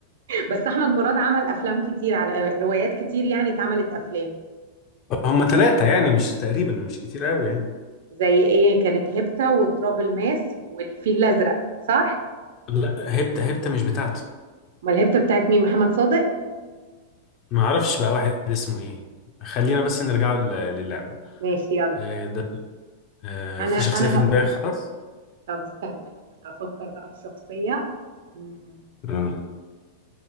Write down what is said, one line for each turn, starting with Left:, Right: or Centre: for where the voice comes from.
Right: بس احمد مراد عمل افلام كتير على آه، روايات كتير يعني اتعملت افلام
Left: هم ثلاثة يعني مش تقريبا مش كتير قوي يعني
Right: زي ايه كانت هيبتا وتراب الماس والفيل الازرق صح
Left: لا هبتة هبتة مش بتاعته
Right: امال الهبته بتاعت مين محمد صادق
Left: ما اعرفش بقى واحد اسمه ايه خلينا بس نرجع لل- للعبة
Right: ماشي يلا
Left: آه، ده آه،
Right: انا
Left: في شخصية
Right: انا
Left: في دماغي
Right: هقول
Left: خلاص
Right: طب استنى افكر بقى في شخصيه مم.
Left: آه.